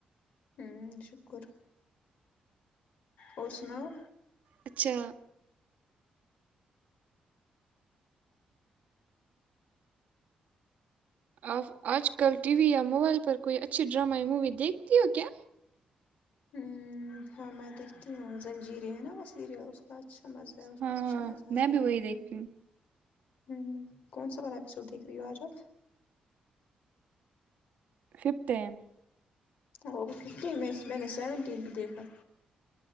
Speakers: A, on the left; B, on the right.
A: ہ شکر اور سناؤ
B: اچھا اپ اج کل ٹی وی یا موبائل پر کوئی اچھی ڈرامہ یا مووی دیکھتی ہو کیا
A: ہ ہاں میں دیکھتی ہوں زنجیرے ہیں نا وہ سیریل اچھا مزہ ہے اس
B: ہاں
A: میں اچھا مزہ ا
B: میں
A: تا
B: بھی
A: ہے
B: وہی
A: دیکھنے
B: دیکھتی
A: میں
B: ہوں
A: ہوں کون سا والا ایپیسوڈ دیکھ رہی ہو اج اپ
B: ففتین
A: وہ ففٹین میں میں نے سیونٹی بھی دیکھا